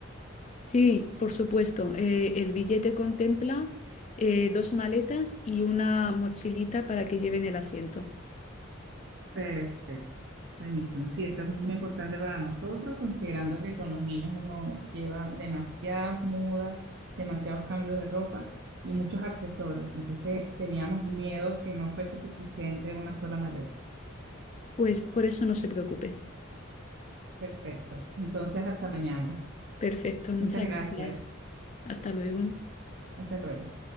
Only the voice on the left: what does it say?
Sí, por supuesto. Eh, el billete contempla eh, dos maletas y una mochilita para que lleven el asiento.
Pues por eso no se preocupe.
Perfecto, muchas
gracias. Hasta luego.